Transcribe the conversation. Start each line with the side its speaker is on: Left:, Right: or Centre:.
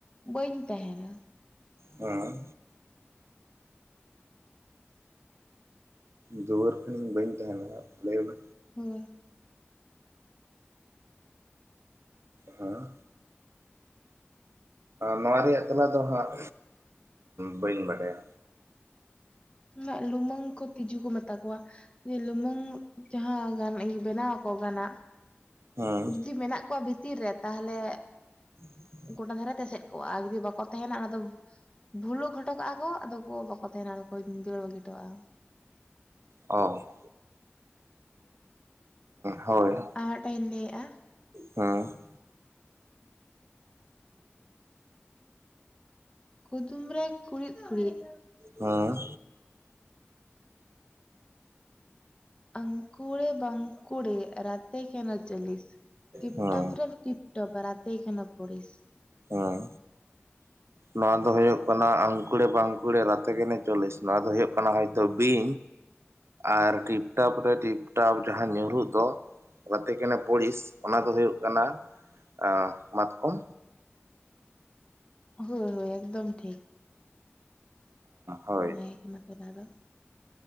Left: ᱵᱟᱹᱧ ᱛᱟᱦᱮᱱᱟ
Right: ᱦᱮᱸ ᱫᱩᱣᱟᱹᱨ ᱠᱷᱟᱱᱤᱧ ᱵᱟᱹᱧ ᱛᱟᱦᱮᱱᱟ ᱞᱟᱹᱭ ᱢᱮ
Left: ᱦᱳᱭ
Right: ᱦᱮᱸ ᱱᱚᱣᱟ ᱨᱮᱭᱟᱜ ᱛᱮᱞᱟ ᱫᱚ ᱦᱟᱸᱜ ᱵᱟᱹᱧ ᱵᱟᱰᱟᱭᱟ
Left: ᱱᱟᱜ ᱞᱩᱢᱟᱹᱝ ᱠᱚ ᱛᱤᱡᱩ ᱠᱚ ᱢᱮᱛᱟ ᱠᱚᱣᱟ ᱡᱮ ᱞᱩᱢᱩᱝ ᱡᱟᱦᱟᱸ ᱜᱟᱱ ᱵᱮᱱᱟᱣ ᱟᱠᱚ ᱜᱟᱱᱟᱜ
Right: ᱦᱮᱸ
Left: ᱡᱩᱫᱤ ᱢᱮᱱᱟᱜ ᱠᱚᱣᱟ ᱵᱷᱤᱛᱤᱨ ᱨᱮ ᱛᱟᱦᱚᱞᱮ
Right: <inaudible>
Left: ᱜᱚᱴᱟ ᱫᱷᱟᱨᱮ ᱛᱮ ᱮᱥᱮᱫ ᱠᱚᱜᱼᱟ ᱟᱨ ᱡᱩᱫᱤ ᱵᱟᱠᱚ ᱛᱟᱦᱮᱱᱟ ᱚᱱᱟ ᱫᱚ ᱵᱷᱩᱞᱩᱠ ᱦᱚᱴᱚ ᱠᱟᱜᱼᱟ ᱠᱚ ᱟᱫᱚ ᱠᱚ ᱵᱟᱠᱚ ᱛᱟᱦᱮᱱᱟ ᱟᱫᱚ ᱠᱚ ᱫᱟᱹᱲ ᱵᱟᱜᱤ ᱦᱚᱴᱚᱣᱟᱜᱼᱟ
Right: ᱚ ᱦᱳᱭ
Left: ᱟᱨ ᱢᱤᱫᱴᱟᱝ ᱤᱧ ᱞᱟᱹᱭᱮᱜᱼᱟ
Right: ᱦᱮᱸ
Left: ᱠᱩᱫᱩᱢ ᱨᱮ ᱠᱩᱬᱤᱫ ᱠᱩᱬᱤᱫ
Right: ᱦᱩᱸ
Left: ᱟᱝᱠᱩᱲᱮ ᱵᱟᱝᱠᱩᱲᱮ ᱨᱟᱛᱮ ᱠᱮᱱᱚ ᱪᱚᱞᱤᱥ ᱴᱤᱯᱴᱟᱯ
Right: ᱦᱮᱸ
Left: ᱨᱮ ᱴᱤᱯ ᱼᱼ ᱴᱚᱯ ᱨᱟᱛᱮ ᱠᱮᱱᱳ ᱯᱚᱲᱤᱥ
Right: ᱦᱮᱸ <inaudible> ᱱᱚᱣᱟ ᱫᱚ ᱦᱩᱭᱩᱜ ᱠᱟᱱᱟ ᱟᱝᱠᱩᱲᱮ ᱵᱟᱝᱠᱩᱲᱮ ᱨᱟᱛᱮ ᱠᱮᱱᱮ ᱪᱚᱞᱤᱥ ᱱᱚᱣᱟ ᱫᱚ ᱦᱩᱭᱩᱜ ᱠᱟᱱᱟ ᱦᱚᱭᱛᱳ ᱵᱤᱧ ᱟᱨ ᱴᱤᱯᱴᱟᱯ ᱨᱮ ᱴᱤᱯᱴᱟᱯ ᱡᱟᱦᱟᱸ ᱧᱩᱨᱩᱜ ᱫᱚ ᱨᱟᱛᱮ ᱠᱮᱱᱮ ᱯᱚᱲᱤᱥ ᱚᱱᱟ ᱫᱚ ᱦᱩᱭᱩᱜ ᱠᱟᱱᱟ <unintelligible> ᱢᱟᱛᱠᱚᱢ
Left: ᱦᱳᱭ ᱦᱳᱭ ᱮᱠᱫᱚᱢ ᱴᱷᱤᱠ
Right: ᱦᱳᱭ
Left: ᱢᱟᱹᱭᱤᱠ ᱚᱱᱟ ᱯᱚᱨᱮ ᱟᱫᱚ